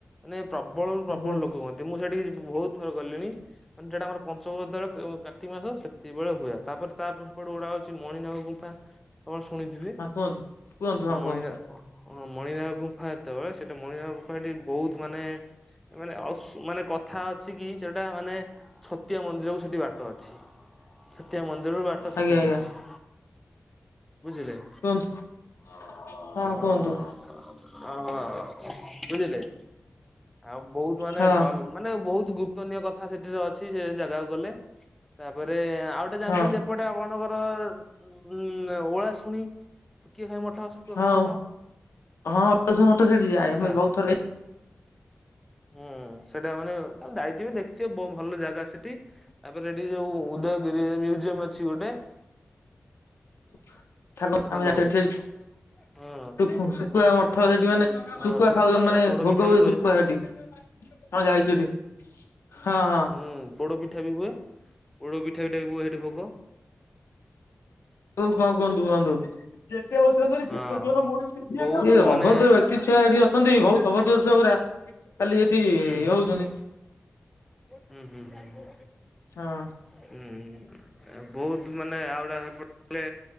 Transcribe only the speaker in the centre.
ମାନେ ପ୍ରବଳରୁୁ
ପ୍ରବଳ
ଲୋକ କୁହନ୍ତି, ମୁଁ ସେଠିକି ବହୁତ ଥର ଗଲିଣି ମାନେ ସେଟା ଆମର ପଞ୍ଚୁକ ଯେତେବେଳେ କାର୍ତ୍ତିକ ମାସ ସେତିକିବେଳେ ହୁଏ, ତାପରେ ତା ସେପଟ ଗୁଡା ହଉଛି ମଣିନାଗ ଗୁମ୍ଫା। ଆପଣ ଶୁଣିଥିବେ?
ହଁ ମଣିରା
ହଁ ମଣିନାଗ ଗୁମ୍ଫା ତ ସେଇଟା ମଣିରା ସେଠି ବହୁତ ମାନେ ମାନେ ମାନେ କଥା ଅଛି କି ସେଟା ମାନେ ଛତିଆ ମନ୍ଦିରକୁ ସେଠି ବାଟ ଅଛି, ଛତିଆ ମନ୍ଦିରରୁ ବାଟ
ସେଠିକି
ଅଛି। ବୁଝିଲେ?
ବୁଝିଲେ?
ଆଉ ବହୁତ ମାନେ
ଭ ମାନେ ବହୁତ ଗୁପ୍ତନୀୟ କଥା ସେଠିରେ ଅଛି ସେ ଜାଗାକୁ ଗଲେ ତାପରେ ଆଉ ଏ ଜାଣିଛନ୍ତି
ଏପଟେ ଆପଣଙ୍କର ଉ ଓଳା ଶୁଣି ଶୁକିଆ ଖାଇ ମଠ ଶୁକୁଆ
ଖାଇ ମଠ
ହେଲା
ହୁଁ ସେଇଟା ମାନେ ଯାଇଥିବେ ଦେଖିଥିବେ ବହୁ ଭଲ ଜାଗା ସେଠି। ତାପରେ ଏଠି ଯୋଉ ଉଦୟଗିରି ମ୍ୟୁଜିୟମ ଅଛି ଗୋଟେ।
ହ୍ୟାଲୋ
ହୁଁ
ହଁ
ଗୋଟେ ପୋଡ
ପିଠା ବି
ହୁଁ ପୋଡ ପିଠା ବି ହୁଏ, ପୋଡ ପିଠା ବିଠା ବି ହୁଏ ସେଠି ଭୋଗ।
ହଁ ବହୁତ ମାନେ
ହୁଁ
ହୁଁ ହୁଁ ହୁଁ ହୁଁ।
ହୁଁ ବହୁତ ମାନେ ଆଉଡା ଏପଟେ